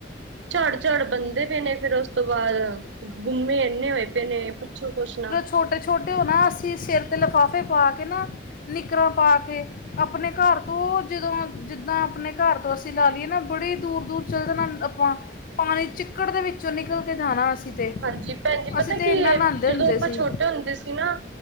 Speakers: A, on the right; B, on the left.
A: ਝੜ ਝੜ ਬੰਦੇ ਪਏ ਨੇ ਫਿਰ ਉਸ ਤੋਂ ਬਾਅਦ ਗੁੰਮੇ ਇੰਨੇ ਹੋਏ ਪਏ ਨੇ ਪੁੱਛੋ ਕੁੱਛ ਨਾ
B: ਛੋਟੇ ਛੋਟੇ ਹੋ ਨਾ ਅਸੀਂ ਸਿਰ 'ਤੇ ਲਿਫਾਫੇ ਪਾ ਕੇ ਨਾ ਨਿੱਕਰਾਂ ਪਾ ਕੇ ਆਪਣੇ ਘਰ ਤੋਂ ਜਦੋਂ ਜਿੱਦਾਂ ਆਪਣੇ ਘਰ ਤੋਂ ਅਸੀਂ ਲਾ ਲਈਏ ਨਾ ਬੜੀ ਦੂਰ ਦੂਰ ਚੱਲ ਜਾਣਾ ਆਪਾਂ ਪਾਣੀ ਚਿੱਕੜ ਦੇ ਵਿੱਚੋਂ ਨਿਕਲ ਕੇ ਜਾਣਾ ਅਸੀਂ ਤੇ
A: ਹਾਂਜੀ ਭੈਣਜੀ ਪਤਾ
B: ਅਸੀਂ ਤੇ
A: ਕੀ
B: ਇੰਨਾ
A: ਏ
B: ਨਹਾਂਦੇ
A: ਜਦੋਂ
B: ਹੁੰਦੇ
A: ਆਪਾਂ
B: ਸੀ
A: ਛੋਟੇ ਹੁੰਦੇ ਸੀ ਨਾ